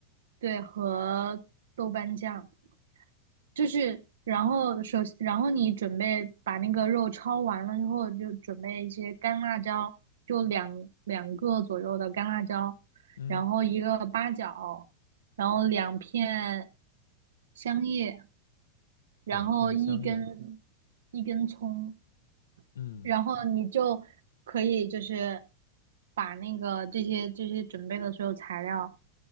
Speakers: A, on the right (about 60°); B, on the left (about 65°).
A: 对，和豆瓣酱。就是，然后首，先，然后你准备把那个肉焯完了之后，就准备一些干辣椒，就两两个左右的干辣椒，
B: 嗯，
A: 然后一个八角，然后两片香叶，然后一根
B: 两片香叶，
A: 一根葱，
B: 嗯，
A: 然后你就可以就是把那个这些这些准备的所有材料，